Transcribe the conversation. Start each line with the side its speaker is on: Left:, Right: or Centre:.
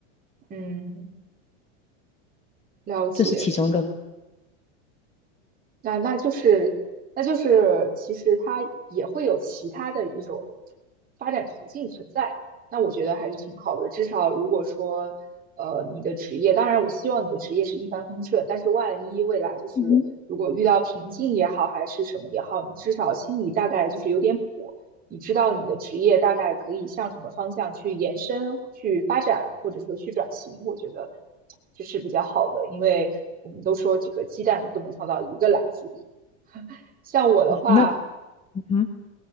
Right: 嗯，了解。
Left: 这是其中一个。
Right: 那那就是，那就是，其实它也会有其他的一种发展途径存在。那我觉得还是挺好的。至少如果说，呃，你的职业，当然我希望你的职业是一帆风顺，但是万一未来就是如果遇到瓶颈也好，
Left: 嗯哼，
Right: 还是什么也好，你至少心里大概就是有点谱。你知道你的职业大概可以向什么方向去延伸、去发展，或者说去转型，我觉得这是比较好的，因为我们都说这个鸡蛋不能放到一个篮子里。像我的话，
Left: 嗯那嗯哼，